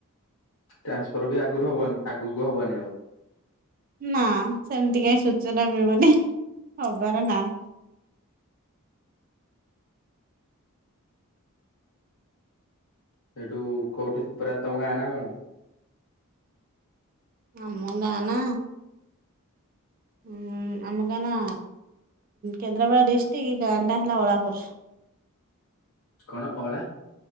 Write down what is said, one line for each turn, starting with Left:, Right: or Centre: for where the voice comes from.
Left: ଟ୍ରାନ୍ସଫର ବି ଆଗରୁ ହବନି ଆଗକୁ ହବନି ଆଉ।
Right: ନା ସେମିତି କାଇ ସୂଚନା ମିଳୁନି ହବାର ନାହିଁ।
Left: ସେଇଠୁ କୋଉଠି ପୁରା ତମ ଗାଁ ନା କଣ?
Right: ଆମ ଗାଁ ନା ହୁଁ ଆମ ଗାଁ ନା କେନ୍ଦ୍ରାପଡ଼ା ଡିଷ୍ଟ୍ରିକ୍ ଗାଁ ଟା ହେଲା ଅଳାଭର୍।
Left: କଣ ଅଳା